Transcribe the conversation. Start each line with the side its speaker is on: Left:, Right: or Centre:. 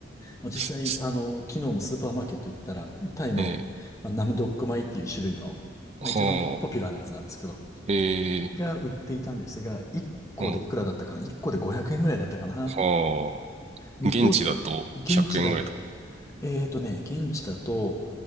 Left: まあ、実際、
Right: すす
Left: あの、昨日もスーパーマーケット行ったら、タイの、
Right: え、
Left: まあナムドック米っていう種類の、
Right: はあ、
Left: まあ、一番ポピュラーなやつなんですけど、
Right: え
Left: が売っていたんですが、1個でいくらだったかな
Right: ー、うん、
Left: ?1 個で500円ぐらいだったかな
Right: は
Left: 向こう、
Right: あ。現地だと100円ぐらいとか。
Left: 現地だ、えーとね、現地だと、